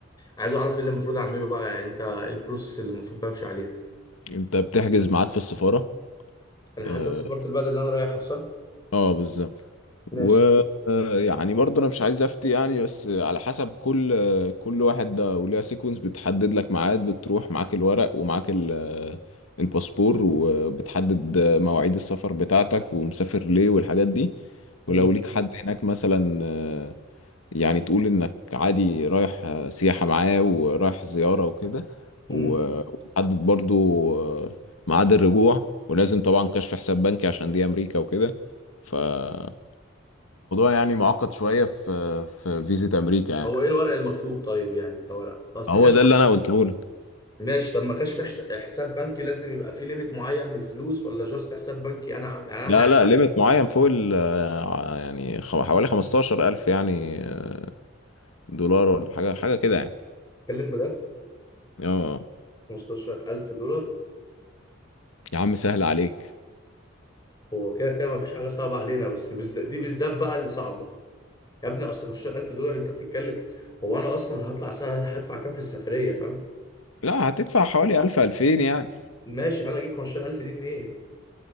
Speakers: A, on the left (about 20°); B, on the left (about 85°).
A: عايز اعرف ايه اللي المفروض اعمله بقى يعني انت ايه البروسيس اللي المفروض بمشي عليها
B: انت بتحجز ميعاد في السفارة
A: انا
B: آه،
A: حسب سفاره البلد اللي انا رايحها صح
B: اه بالظبط و
A: ماشي
B: آه، يعني برضه انا مش عايز افتي يعني بس على حسب كل آه، كل واحد ده وليها سيكونس بتحدد لك ميعاد بتروح معاك الورق ومعاك ال- آه، الباسبور وبتحدد آه، مواعيد السفر بتاعتك ومسافر ليه والحاجات دي
A: امم
B: ولو ليك حد هناك مثلا يعني تقول انك عادي رايح آه، سياحة معاه ورايح زيارة وكده
A: امم
B: و- وتحدد برضو آه، ميعاد الرجوع ولازم طبعا كشف حساب بنكي عشان دي امريكا وكده فالموضوع يعني معقد شوية في في فيزا امريكا يعني
A: هو ايه الورق المطلوب طيب يعني كورق اصل
B: هو
A: كشف
B: ده اللي انا قلته لك
A: ماشي طب ما كانش في حس- حساب بنكي لازم يبقى فيه ليميت معين من الفلوس ولا جاست حساب بنكي انا يعني انا
B: لا
A: معايا
B: لا ليميت معين فوق ال آه، يعني خ- حوالي 15000 يعني آه، دولار ولا حاجة حاجة كده يعني
A: اتكلم بجد
B: اه
A: 15000 دولار
B: يا عم سهل عليك
A: هو كده كده ما فيش حاجه صعبه علينا بس بالذات دي بالذات بقى اللي صعبه يا ابني اصل 15000 دولار انت بتتكلم هو انا اصلا هطلع سنه هدفع كام في السفريه فاهم
B: لا هتدفع حوالي 1000 2000 يعني
A: ماشي انا اجيب 15000 دي منين